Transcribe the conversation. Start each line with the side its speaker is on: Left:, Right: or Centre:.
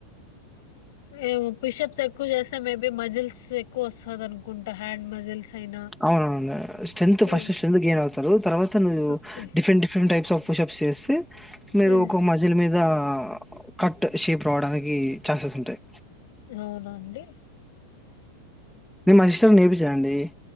Left: ఏ పిషప్ చెకుూ చేస్త మేబీ మజిల్స్ ఎక్కువ వస్తుంది అనుకుంటా హ్యాండ్ మజిల్స్ అయినా
Centre: అవునవును strength
Left: hmm.
Centre: First strength gain అవుతారు తర్వాతవ్వు
Left: okay.
Centre: Different different types of pushup చేస్త మీరు
Left: హ్మ్.
Centre: ఒకొక్క మజ్యల మీద ఆ కట్ షేప్ రావడానికి ఛాన్సెస్ ఉంటాయి
Left: అవునండి
Centre: ని మా ఏవి చేయంండి